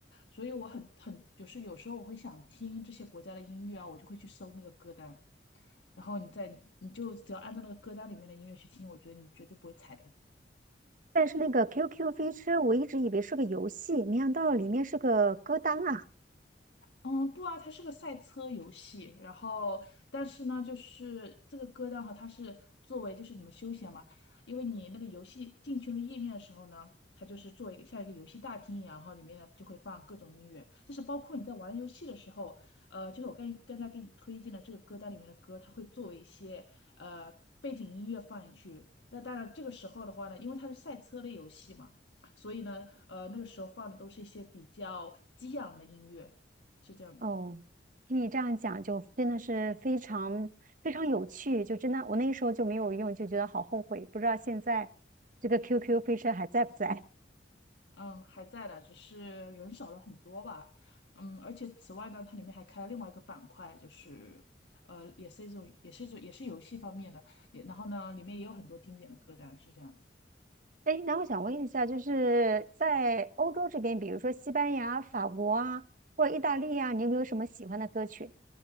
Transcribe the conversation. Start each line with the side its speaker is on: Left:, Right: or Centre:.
Left: 所以我很很就是有时候我会想听这些国家的音乐啊，我就会去搜那个歌单，然后你再你就只要按照那个歌单里面的音乐去听，我觉得你绝对不会踩雷。
Right: 但是那个 QQ 飞车，我一直以为是个游戏，没想到里面是个歌单啊！
Left: 嗯，不啊，它是个赛车游戏，然后但是呢，就是这个歌单哈，它是作为就是你们休闲嘛，因为你那个游戏进去那个页面的时候呢，它就是做一个像一个游戏大厅一样，然后里面呢就会放各种音乐，就是包括你在玩游戏的时候，呃，就是我刚刚才给你推荐的这个歌单里面的歌，它会作为一些呃背景音乐放进去。那当然，这个时候的话呢，因为它是赛车类游戏嘛，所以呢，呃，那个时候放的都是一些比较激昂的音乐。是这样子，
Right: 哦，听你这样讲，就真的是非常非常有趣，就真的我那时候就没有用，就觉得好后悔，不知道现在这个 QQ 飞车还在不在。
Left: 嗯，还在的，只是人少了很多吧，嗯，而且此外呢，它里面还开了另外一个板块，就是，呃，也是一种，也是一种，也是游戏方面的，也然后呢，里面也有很多经典的歌单，是这样子。
Right: <laughs> 哎，那我想问一下，就是在欧洲这边，比如说西班牙、法国啊，或者意大利啊，你有没有什么喜欢的歌曲，